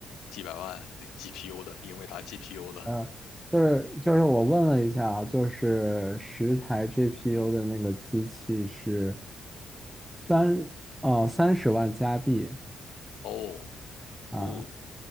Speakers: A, on the left; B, in the centre.
A: 几百万的 GPU 的英伟达 GPU 的，
B: 嗯、就是就是我问了一下啊，就是十台 GPU 的那个机器是三哦三十万加币。
A: 哦
B: 啊，
A: 哦